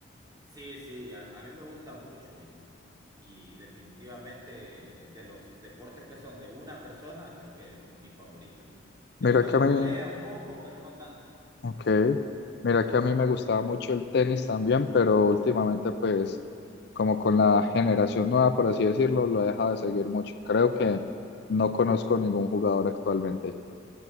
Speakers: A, on the right; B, on the left.
A: sí, sí, a, a mí me gusta mucho y, y definitivamente de los deportes que son de una persona, creo que mi favorito, ¿no? De
B: Mira
A: ahí los
B: que
A: de
B: a
A: pelea
B: mí,
A: un poco, pero no tanto.
B: ok, mira que a mí me gustaba mucho el tenis también, pero últimamente pues como con la generación nueva, por así decirlo, lo he dejado de seguir mucho. Creo que no conozco ningún jugador actualmente.